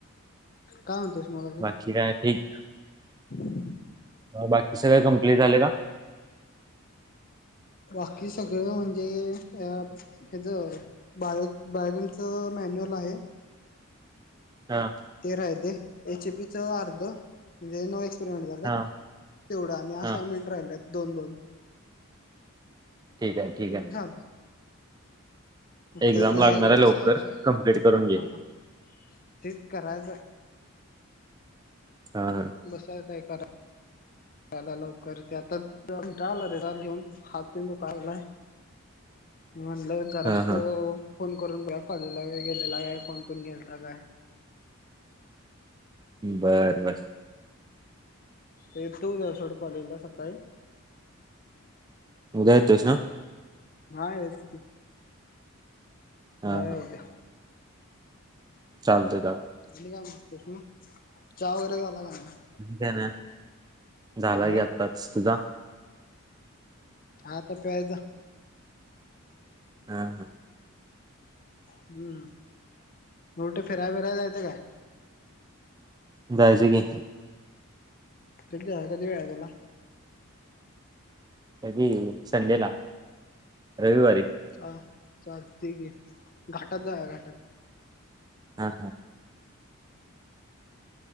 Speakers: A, on the left; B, on the right.
A: काय म्हणतेयस मला ते
B: ठीकय आहे ठीक.
A: हम्.
B: बाकी सगळे कं्प्लीट झाले का?
A: बाकी सगळं म्हणजे ह ज बायो बायोगनच मॅन्युअल आहे.
B: हा.
A: ते राहिले एच एपी च अर्ध म्हणजे नो एक्स झा
B: हा
A: तेवढं आणि
B: हा
A: असायनमेंट राहि दोन दोन
B: ठीक आहे ठीक आहे ना.
A: झालं
B: एक्झाम
A: तर
B: लागणार
A: लिहायला
B: आहे
A: बसायचं
B: लवकर
A: आहे
B: कंप्लीट करून घे.
A: हा तेच करायचं.
B: ह.
A: बसायचय करा. त्याला लवकर ते आता डाल रे डाल घेऊन हात तो कायलाय? मी म्हणलं जरास
B: हा हा
A: फोन करून बघ्या पाहिलेला गेलेला काय कोण कोण गेलता काय?
B: बरं बर.
A: तर तू सोड कॉलेला सकाळी
B: उदा्या येतोस ना.
A: हा येच की
B: हा
A: जाव उद्या
B: चालत चालत.
A: म्ह का मस म चहा वगैरे झाला का नाही.
B: काय ना झाला की
A: हा
B: आत्ताच तुझा
A: हता प्यायज
B: हा हा.
A: हम्म मोठे फिराय फिरायला जायचं काय?
B: जायच घी.
A: कध्या आहे कधी वळयला
B: कधी संडेला रविवारी
A: ह चाल तेठी आहे घाटात जा घाटात
B: हा हा.